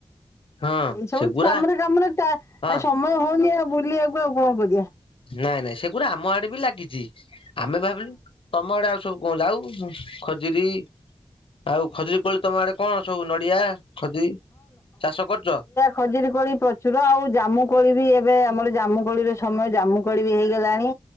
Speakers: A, on the left; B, on the left.
A: ହଁ
B: ଏଇ ସବୁ
A: ସେଗୁରା
B: କାମରେ ଜାମରୋ ଚା ସ
A: ହଁ
B: ସମୟ ହଉନି ଆଉ ବୁଲିବାକୁ ଆଉ କଣ କରିଆ।
A: ନାଇଁ ନାଇଁ ସେଗୁଡା ଆମ ଆଡେ ବି ଲାଗିଛି ଆମେ ଭାବିଲୁ ତମ ଆଡେ ଆଉ ସବୁ କଣ ଯାଉ ଖଜୁରୀ ଆଉ ଖଜୁରୀ କୋଳି ତମ ଆଡେ କଣ ସବୁ ନଡିଆ ଖଜୁରୀ ଚାଷ କରୁଚ଼?
B: ଖଜୁର କୋଳି ପ୍ରଚୁର ଆଉ ଜାମୁ କୋଳି ବି ଏବେ ଆମର ଜାମୁ କୋଳି ର ସମୟ ଜାମୁ କୋଳି ବି ହେଇଗଲାଣି।